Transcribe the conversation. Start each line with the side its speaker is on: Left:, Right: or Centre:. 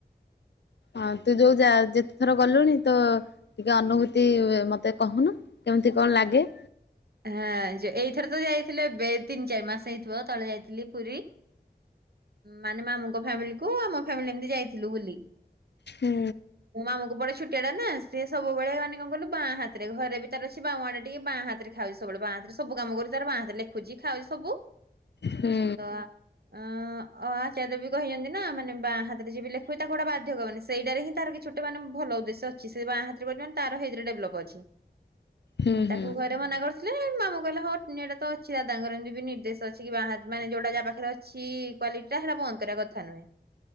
Left: ହଁ ତୁ ଯୋଉ ଯା ଯେ ଥର ଗଲୁଣି ତ ଟିକେ ଅନୁଭୂତି ମତେ କହୁନୁ କେମିତି କଣ ଲାଗେ?
Right: ହଁ ଏଇଥର ତ ଯାଇଥିଲେ ଏବେ ତିନି ଚାରି ମାସ ହେଇଥିବ ତଳେ ଯାଇଥିଲି ପୁରୀ ମାନେ ମାମୁଙ୍କ ଫ୍ୟାମିଲିକୁ ଆମ ଫ୍ୟାମିଲି ଏମିତି ଯାଇଥିଲୁ ବୁଲି
Left: ହୁଁ
Right: ମୋ ମାମାଙ୍କୁ ବଡ ଛୁଟ କେ ନା ସେ ସବୁବେଳେ ମାନେ କଣ କଲୁ ବାଁ ହାତରେ ଘରେ ତାରସି ମ୍ବାୱା ଟି ବାଁ ହାତରେ ଖାଉଚି ସବୁବେଳେ ମ୍ବା ହାତରେ ସବୁ କାମ କରୁ ତାର ବାହାରେ ଲେଖୁଚି ଖାଉଚି ସବୁ
Left: ହୁଁ
Right: ତ ଅ ଅ ଆଚାର୍ୟବି କହିଛନ୍ତି ନା ମାନେ ବାଁ ହାତରେ ଜୀଏବି ଲେଖୁଚି ତାକୁ ଗୋଟେ ବାଧ୍ୟକ ମାନେ ସେଇଟାରେ ହିଁ ତାର କିଛି ଗୋଟେ ମାନେ ଭଲ ଉଦ୍ଦେଶ୍ୟ ଅଛି ସେ ବାଁ ହାତରେେ ତାରଇରେ ଡେଭଲପ ଅଛି।
Left: ହୁଁ
Right: ତାକୁ
Left: ହୁଁ
Right: <unintelligible> ମାମୁଁ କହିଲ ହଁ ଏଇଟା ତ ଅଛି ଦାଦାଙ୍କର ଏମିତି ବି ନିର୍ଦ୍ଦେଶ୍ ଅଛି କି ବାହା ମାନେ ଯୋଉଟା ଯାହା ପାଖରେ ଅଛି କ୍ୱାଲିଟି ଟା ହେଟା ବନ୍ଦ୍ କରିବା କଥା ନୁହେଁ।